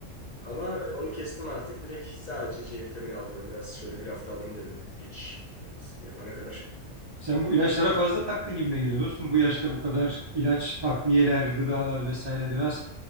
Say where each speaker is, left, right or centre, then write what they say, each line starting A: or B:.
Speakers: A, on the left; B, on the right.
A: Ama e, onu kestim artık. Direkt sadece C vitamini alıyorum. Biraz şöyle bir hafta alayım dedim geçiş e, yapana kadar.
B: Sen bu ilaçlara fazla taktın gibime geliyor dostum. Bu yaşta bu kadar ilaç, takviyeler, gıdalar vesaire biraz